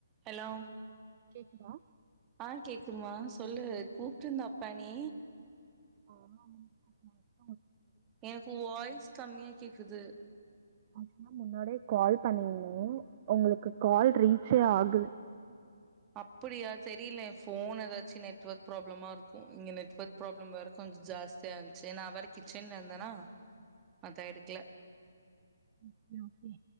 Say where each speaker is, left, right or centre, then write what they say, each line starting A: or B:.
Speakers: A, on the right; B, on the right.
A: ஹலோ
B: கேக்குதா
A: அ கேக்குதுமா சொல்லு கூப்ட்ருந்த அப்பா நீ
B: ஆமா <inaudible>
A: எனக்கு வாய்ஸ் கம்மியா கேக்குது
B: ஆக்சுவலா முன்னாடியே கால் <inaudible> உங்களுக்கு கால் ரீச்சே ஆகுல.
A: அப்புடியா செரியில்ல எ ஃபோன் எதாச்சு நெட்வொர்க் ப்ராப்ளமா இருக்கு இங்க நெட்வொர்க் ப்ராப்ளம் வேற கொஞ்சோ ஜாஸ்தியா இருந்துச்சு நா வேற கிச்சன்ல இருந்தனா அத எடுக்கல
B: ஓகே ஓகே